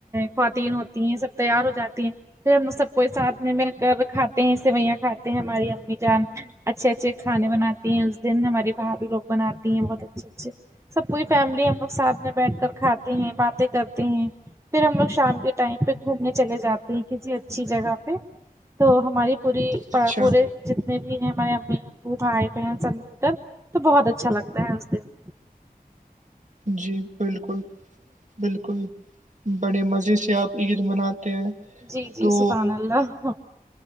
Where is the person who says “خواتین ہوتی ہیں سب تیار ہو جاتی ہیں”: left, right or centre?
Right